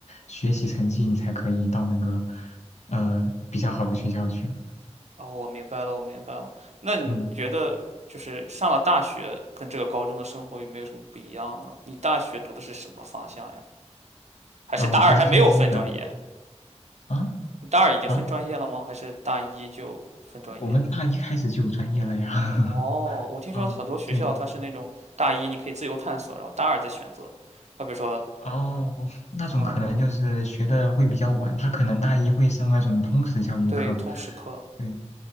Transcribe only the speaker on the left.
学习成绩，你才可以到那个呃比较好的学校去。
嗯，
啊、我学计算机的啊
啊，
我们大一开始就有专业了呀。<laughs>
嗯，对，
哦，那种可能就是学的会比较晚，
他可能大一会上那种通识教育课，
对